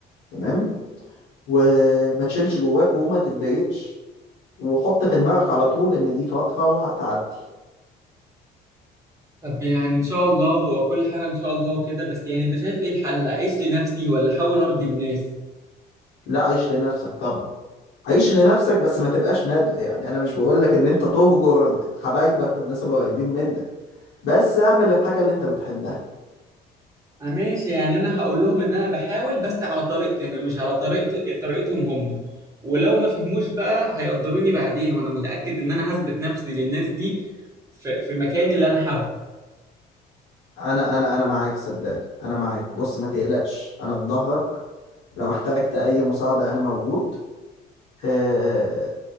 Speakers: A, on the left (about 80°); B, on the right (about 20°).
A: تمام وما تشيلش جواك وما تتضايقش وحط في دماغك على طول ان دي فترة وهتعدي
B: طب يعني إن شاء الله هو كل حاجة إن شاء الله وكده بس يعني أنت شايف إيه الحل أعيش لنفسي ولا أحاول أرضي الناس؟
A: لا عيش لنفسك طبعا عيش لنفسك بس ما تبقاش ندل يعني انا مش بقولك ان انت تهجر حبايبك والناس اللي قريبين منك بس اعمل الحاجة اللي انت بتحبها
B: أنا ماشي يعني أنا هقول لهم إن أنا بحاول بس على طريقتي أنا مش على طريقته طريقتهم هم ولو ما فهموش بقى هيقدروني بعدين وأنا متأكد إن أنا هثبت نفسي للناس دي في في مكاني اللي أنا حابه
A: انا انا انا معاك صدقني انا معاك بص ما تقلقش انا في ظهرك لو احتجت اي مساعدة انا موجود آه،